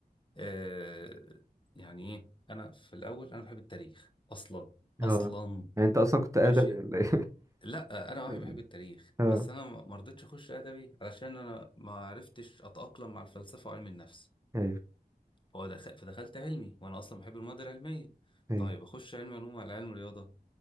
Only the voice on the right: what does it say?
اه
يعني انت اصلا كنت
ادبي ولا ايه
<laughs>
اه
ايوه
ايوه